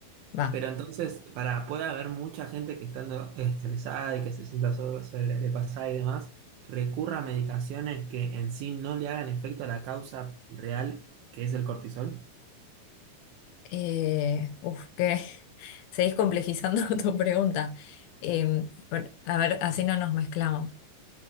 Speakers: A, on the left (about 75°); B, on the right (about 85°).
A: Va.
B: Pero entonces, para pueda haber mucha gente que estando estresada y que se sienta so- sobrepasada y demás, recurra a medicaciones que en sí no le hagan efecto a la causa real, que es el cortisol.
A: Eh, uf, que <laughs> seguís complejizando <laughs> tu pregunta. Em, por- a ver, así no nos mezclamos.